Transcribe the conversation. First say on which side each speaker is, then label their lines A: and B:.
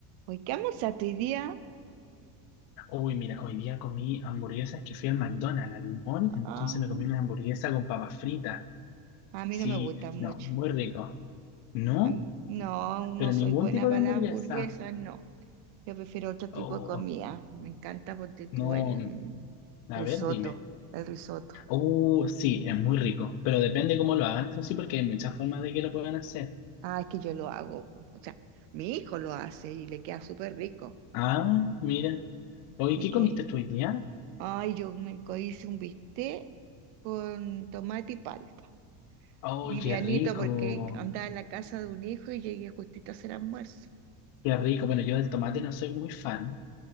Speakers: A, on the right (about 60°); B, on the left (about 45°).
A: Hoy qué almorzaste hoy día?
B: Uy, mira, hoy día comí hamburguesas que fui al McDonald's, al mall, entonces
A: Ah,
B: me comí una hamburguesa con papas fritas.
A: a mí
B: Sí,
A: no me gusta mucho.
B: no, muy rico. No,
A: A mí- no, no
B: pero
A: soy
B: ningún
A: buena
B: tipo
A: para
B: de hamburguesa.
A: las hamburguesas, no. Yo prefiero otro tipo
B: Oh,
A: de comida. Me encanta porque tú
B: no,
A: el mm,
B: a
A: risotto,
B: ver, dime.
A: el risotto.
B: Uh, sí, es muy rico, pero depende cómo lo hagan, eso sí, porque hay muchas formas de que lo puedan hacer.
A: Ah, es que yo lo hago. po. O sea, mi hijo lo hace y le queda súper rico.
B: Ah, mira. Oye,
A: Y
B: ¿qué
A: que,
B: comiste tú hoy día?
A: ay, yo me co- hice un bistec con tomate y palta.
B: Oh,
A: Livianito
B: qué rico,
A: porque andaba en la casa de un hijo y llegué justito a hacer almuerzo.
B: qué rico. Bueno, yo del tomate no soy muy fan.